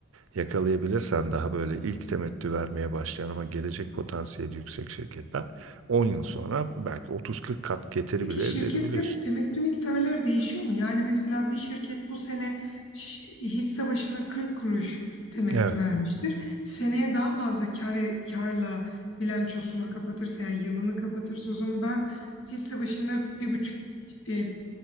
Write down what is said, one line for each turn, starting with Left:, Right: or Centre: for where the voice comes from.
Right: yakalayabilirsen daha böyle ilk temettü vermeye başlayan ama gelecek potansiyeli yüksek şirketler 10 yıl sonra belki 30-40 kat getiri
Left: Peki
Right: bile
Left: şirketlerin
Right: elde edebiliyorsun.
Left: temettü miktarları değişiyor mu? Yani mesela bir şirket bu sene şi- hisse başına 40 kuruş temettü
Right: Evet.
Left: vermiştir. Seneye daha fazla kar, karla bilançosunu kapatırsa yani yılını kapatırsa o zaman ben hisse başına bir buçuk e,